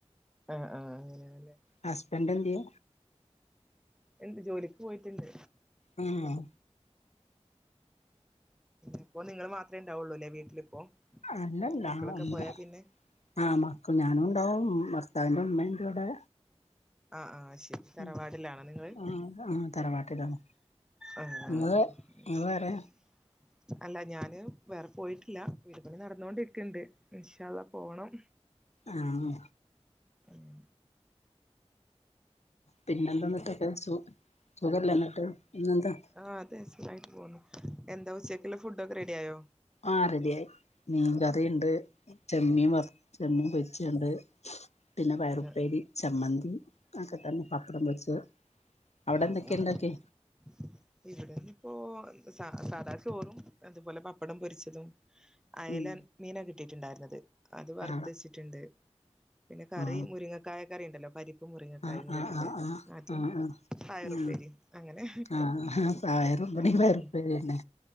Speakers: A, in the centre; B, on the left.
A: ആഹ് ആഹ് അങ്ങനെആണ് ല്ലേ
B: ഹസ്ബൻന്റ് എന്ത്യേ
A: ഇണ്ട് ജോലിക്ക് പോയിട്ട്ണ്ട്
B: ആഹ്
A: അപ്പൊ നിങ്ങള് മാത്രേ ഇണ്ടാവൊള്ളൂല്ലേ വീട്ടിലിപ്പോ
B: അല്ലല്ല
A: മക്കളൊക്കെ
B: ആഹ് അമ്മേ
A: പോയാ പിന്നെ
B: ആഹ് മക്ക് ഞാനും ണ്ടാവും ഭർത്താവി്ന്റെ ഉമ്മയ്ണ്ട് വ്ടെ
A: ആഹ് ആഹ് അയ് ശരി തറവാടിലാണോ
B: ഉം
A: നിങ്ങള്
B: ആഹ് ആഹ് തറവാട്ടിലാണ്
A: ആഹ് ആഹ്
B: നിങ്ങള്
A: അയ്ശെരി
B: നിങ്ങള് വേറെ
A: അല്ല ഞാന് വേറെ പോയിട്ടില്ല വിപണി നടന്നോണ്ടിരിക്ക് ണ്ട് ഇന്ഷാ അള്ളാ പോണം
B: ആഹ്
A: ഉം
B: പിന്നെന്താന്ന്ട്ടൊക്കെ സു സുഖല്ലേ ന്നട്ട് ഇന്നെന്താ
A: ആഹ് അതെ സുഖായിട്ട് പോണു എന്താ ഉച്ചക്ക്ള്ള ഫുഡ് ഒക്കെ റെഡി ആയോ
B: ആഹ് റെഡി ആയി മീൻകറിണ്ട് ചെമ്മീൻ വർ ചെമ്മീൻ പൊരിച്ചത് ണ്ട് പിന്നെ പയറുപ്പേരി
A: ആഹ്
B: ചമ്മന്തി അഒക്കെ തന്നെ പപ്പടം പൊരിച്ചത് അവിടെ
A: ആഹ്
B: എന്തൊക്കെ
A: ആഹ്
B: ഉണ്ടാക്കിയെ
A: ആഹ് ഇവിടെന്ന് ഇപ്പോ സ സാധാ ചോറും അതുപോലെ പപ്പടം പൊരിച്ചതും അയല
B: ഉം
A: മീ നാ കിട്ടിയിട്ടുണ്ടായിരുന്നത് അത് വറുത്ത്
B: ആ
A: വെച്ചിട്ട്ണ്ട് പിന്നെ കറി
B: ആ
A: മുരിങ്ങ കായക്കറിണ്ടല്ലോ പരിപ്പും മുറിങ്ങ
B: ആ
A: കായും കൂടി
B: ആ
A: ഇട്ടിട്ട്
B: ആ
A: അതും
B: ആ ആ
A: പയറുപ്പേരി
B: ആ
A: അങ്ങനെ
B: ആഹ് പയറും ഇബടിം
A: അങ്ങനെ
B: പയറുപ്പേരിയെന്നെ
A: പോന്നു